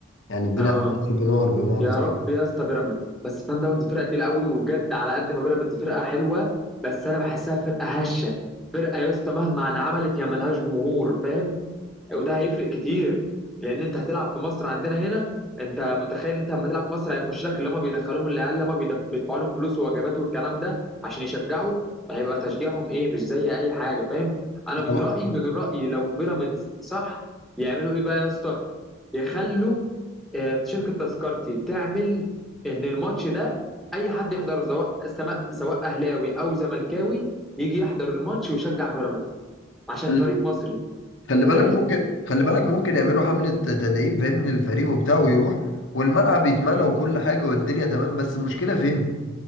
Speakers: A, on the left; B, in the centre.
A: يعني الدنيا
B: اه
A: هتضرب نار بمعنى
B: يا
A: اصح
B: رب يا اسطى بيراميدز بس سان داونز فرقه تقيله قوي وبجد على قد ما بيراميدز فرقه حلوه بس انا بحسها فرقه هشه فرقه يا اسطى مهما انعملت هي ملهاش جمهور فاهم وده هيفرق كتير لان انت هتلعب في مصر عندنا هنا انت متخيل ان انت لما تلعب في مصر هيخش لك اللي هم بيدخلوهم العيال اللي هم بيدف- بيدفعوا لهم فلوس ووجبات والكلام ده عشان يشجعوا هيبقى تشجيعهم ايه مش زي اي حاجه فاهم انا من
A: طبعاً.
B: رايي من رايي لو بيراميدز صح يعملوا ايه بقى يا اسطى يخلوا آه، شركه تذكرتي تعمل ان الماتش ده اي حد يحضره سواء سما- سواء اهلاوي او زملكاوي يجي يحضر الماتش ويشجع بيراميدز عشان
A: خل-
B: فريق مصري
A: خلي بالك
B: فاهم
A: ممكن خلي بالك ممكن يعملوا حملة تدعيم فاهمني الفريق وبتاع ويروح والملعب يتملى وكل حاجة والدنيا تمام بس المشكلة فين؟